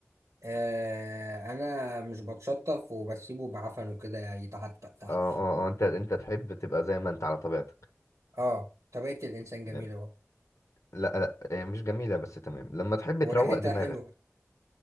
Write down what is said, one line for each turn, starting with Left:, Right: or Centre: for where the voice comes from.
Right: آه انا مش بتشطف وبسيبه بعفن وكده يتعتق تحت
Left: اه اه اه انت انت تحب تبقى زي ما انت على طبيعتك
Right: اه طبيعة الانسان جميلة
Left: تمام
Right: برضه
Left: لا لا هي مش جميله بس تمام لما تحب
Right: وريحتها
Left: تروق دماغك
Right: حلوة